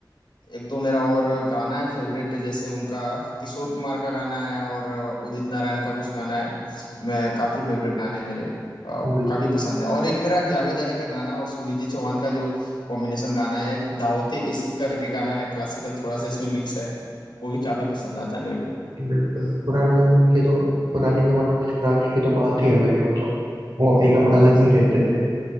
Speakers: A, on the left (about 70°); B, on the right (about 70°).
A: एक दो मेरा और गाना है फेवरेट जैसे उनका किशोर कुमार का गाना है और उदित नारायण का कुछ गाना है मैं काफी फेवरेट गाने मेरे अ,
B: बिल्कुल
A: काफी पसंद है और एक मेरा जावेद अली का गाना और सुनिधि चौहान का जो कॉम्बिनेशन गाना है एक दावते इश्क करके गाना है क्लासिकल थोड़ा सा इसमें मिक्स है वो भी काफी पसंद आता है मेरे को
B: बिल्कुल पुराने जमाने के तो पुराने जमाने वाले गाने की तो बात ही अलग है मतलब वो एकदम अलग ही रहते थे